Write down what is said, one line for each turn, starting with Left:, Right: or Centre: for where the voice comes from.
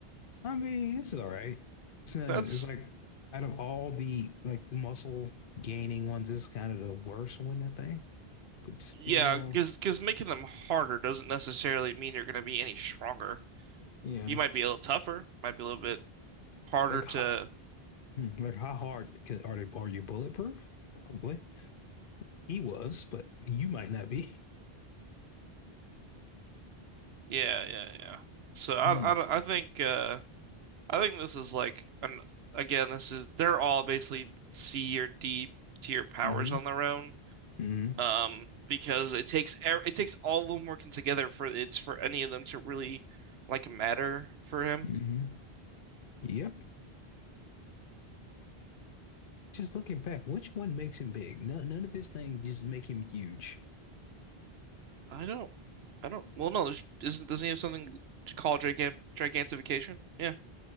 Left: I mean, it's all right. It's nothing.
Right: That's
Left: It's like out of all the like muscle gaining ones, this is kind of the worst one, I think. But still,
Right: yeah, because because making them harder doesn't necessarily mean you're going to be any stronger.
Left: yeah.
Right: You might be a little tougher, might be a little bit harder
Left: Like
Right: to
Left: how, hmm, like how hard can, are they? Are you bulletproof? Probably. He was, but you might not be.
Right: yeah yeah yeah. So I
Left: Hmm.
Right: I, don't- I think uh I think this is like an again this is they're all basically C or D tier powers
Left: Hmm.
Right: on their own.
Left: Hmm.
Right: um, because it takes e- it takes all of them working together for it's for any of them to really like matter for him.
Left: Hmm. Yep. Just looking back, which one makes him big? None, none of his things just make him huge.
Right: I don't, I don't. Well, no, there's, isn't doesn't he have something to call gigan gigantification? Yeah,